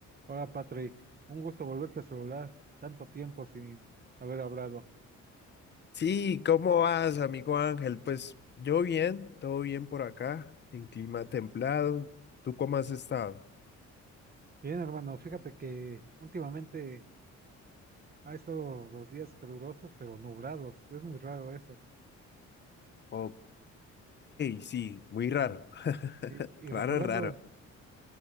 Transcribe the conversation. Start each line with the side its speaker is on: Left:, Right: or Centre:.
Right: Hola Patrick, un gusto volverte a celular, tanto tiempo sin haber hablado.
Left: Sí, ¿cómo vas, amigo Ángel? Pues yo bien, todo bien por acá, en clima templado. ¿Tú cómo has estado?
Right: Bien, hermano, fíjate que últimamente ha estado los días calurosos pero nublados, es muy raro eso.
Left: Ok, sí, muy raro. <laughs>
Right: Y,
Left: Raro,
Right: y recordando,
Left: raro.